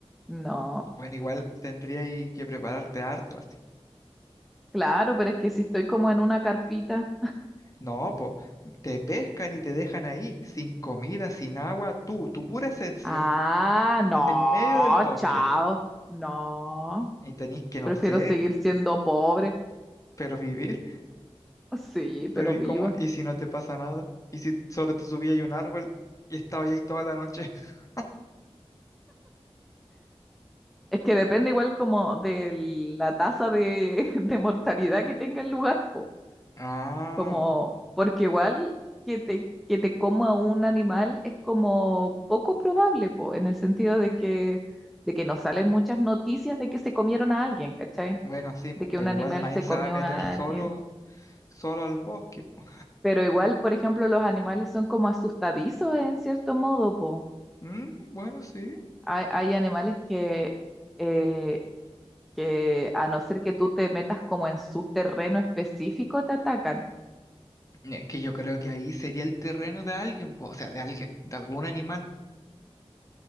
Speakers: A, in the centre; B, on the left.
A: No.
B: Bueno, igual tendría ahí que prepararte harto así.
A: Claro, pero es que si estoy como en una carpita.
B: No, po, te pescan y te dejan ahí, sin comida, sin agua, tú, tu pura esencia,
A: Ah, no,
B: en medio del bosque.
A: chao. No,
B: Y tenés que, no
A: prefiero
B: sé,
A: seguir siendo pobre.
B: pero vivir.
A: Sí, pero
B: Pero ¿y
A: viva.
B: cómo? ¿Y si no te pasa nada? ¿Y si solo te subías a un árbol y estabas ahí toda la noche? <laughs>
A: Es que depende igual como de la tasa de, <laughs> de mortalidad que tenga el lugar, po.
B: Ah,
A: Como, porque igual que te, que te coma un animal es como poco probable, po, en el sentido de que, de que no salen muchas noticias de que se comieron a alguien, ¿cachai?
B: bueno, sí, pues,
A: De que
B: pero
A: un animal
B: igual nadie
A: se
B: se
A: comió
B: va a meter
A: a
B: solo,
A: alguien.
B: solo al bosque. po.
A: Pero igual, por ejemplo, los animales son como asustadizos en cierto modo, po.
B: Mm, bueno, sí.
A: Hay, hay animales que, eh, que a no ser que tú te metas como en su terreno específico, te atacan.
B: Es que yo creo que ahí sería el terreno de alguien, po, o sea, de alguien, de algún animal.